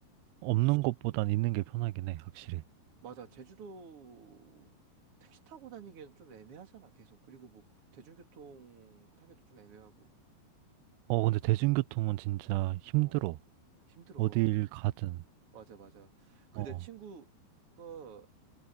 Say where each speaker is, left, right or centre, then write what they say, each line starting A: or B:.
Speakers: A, on the right (about 80°); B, on the right (about 40°).
A: 없는 것보단 있는 게 편하긴 해, 확실히.
B: 맞아. 제주도 택시 타고 다니기에는 좀 애매하잖아, 계속. 그리고 뭐 대중교통 타기도 좀 애매하고.
A: 어, 근데 대중교통은 진짜 힘들어.
B: 어, 힘들어.
A: 어딜 가든.
B: 맞아, 맞아. 그
A: 어,
B: 내 친구가